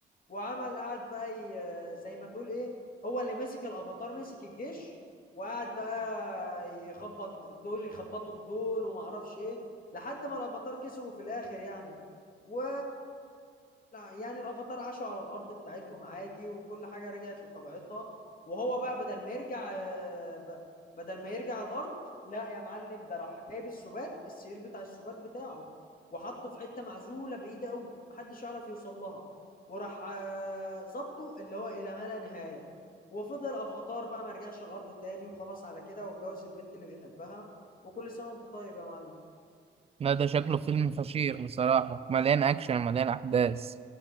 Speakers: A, on the left (about 45°); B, on the right (about 30°).
A: وعمل قعد بقى ي... زي ما تقول ايه هو اللي مسك الافاتار مسك الجيش وقعد بقى يخبط دول يخبطوا في دول وما اعرفش ايه لحد ما الافاتار كسبوا في الاخر يعني و يعني الافاتار عاشوا على الارض بتاعتهم عادي وكل حاجة رجعت لطبيعتها وهو بقى بدل ما يرجع آه، ب- بدل ما يرجع الارض لا يا معلم ده راح جايب السبات السرير بتاع السبات بتاعه وحطه في حته معزوله بعيده قوي محدش يعرف يوصل لها وراح آه، ظبطه اللي هو الى ما لا نهايه وفضل افاتار بقى ما رجعش الارض تاني وخلاص على كده واتجوز البت اللي بيحبها وكل سنه وانت طيب يا معلم
B: لا ده شكله فيلم فشيخ بصراحة مليان أكشن مليان أحداث